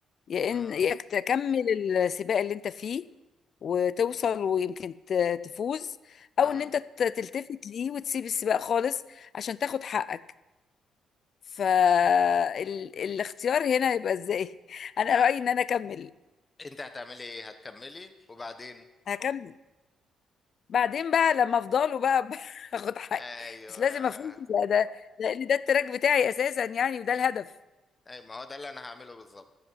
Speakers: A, on the left (about 55°); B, on the left (about 30°).
A: يا
B: امم
A: ان يا إنك تكمل السباق اللي انت فيه وتوصل ويمكن ت- تفوز
B: امم
A: او ان انت ت- تلتفت ليه وتسيب السباق خالص عشان تاخد حقك فالاختيار هنا يبقى ازاي <laughs> انا
B: لا
A: رأيي ان انا اكمل
B: أنت هتعملي إيه؟ هتكملي وبعدين
A: هكمل بعدين بقى لما افضله بقى <laughs> اخد حقي
B: أيوه
A: بس لازم افوز ده ده لان ده التراك بتاعي اساسا يعني وده الهدف
B: أي ما هو ده اللي أنا هعمله بالظبط